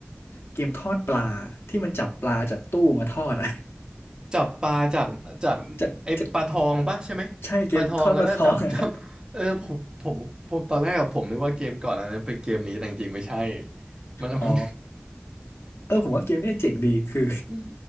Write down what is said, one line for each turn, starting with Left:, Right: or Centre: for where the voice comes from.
Left: เกมทอดปลาที่มันจับปลาจากตู้มาทอดอะ
Right: จับปลาจากจากไอ้ปลาทองปะใช่ไหม
Left: <laughs> จากจากใช่เกมทอดปลาทองอะ
Right: ปลาทองแล้วก็จับจับเออผมผมผมตอนแรกอะผมนึกว่าเกมก่อนอันนั้นเป็นเกมนี้แต่จริงๆไม่ใช่
Left: <laughs>
Right: มันมัน
Left: อ๋อเออผมว่าเกมเนี้ยเจ๋งดีคือ
Right: <laughs> อืม